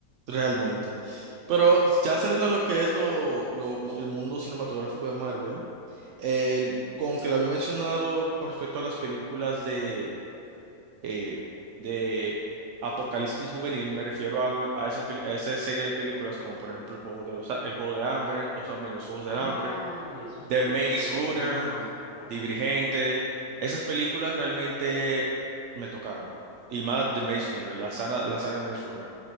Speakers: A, on the right; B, on the left.
A: realmente. Pero ya saliendo de lo que es lo, lo- el mundo cinematográfico de Marvel, el-
B: Sí.
A: con que lo había mencionado con respecto a las películas de, eh, de Apocalipsis Juvenil, me refiero al- a, esa, a esa serie de películas como por ejemplo El Juego de, los, el Juego de Hambre, los, también Los Juegos
B: Ah,
A: del Hambre.
B: eso es
A: The
B: muy
A: Maze
B: bueno,
A: Runner,
B: muy
A: Divergente,
B: bueno.
A: esas películas realmente me tocaron. Y más The Maze Runner, la saga, la saga de Maze Runner,